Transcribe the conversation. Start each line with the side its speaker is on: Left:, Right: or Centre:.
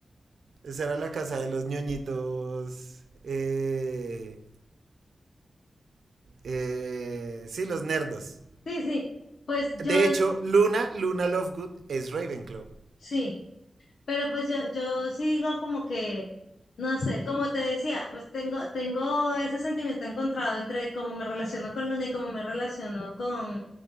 Right: Esa era la casa de los ñoñitos. Eh, eh, sí, los nerdos.
Left: sí, sí, pues yo,
Right: De hecho, Luna, Luna Lovegood es Ravenclaw
Left: sí, pero pues yo, yo sí digo como que, no sé, como te decía, pues tengo, tengo ese sentimiento encontrado entre cómo me relaciono con Luna y cómo me relaciono con,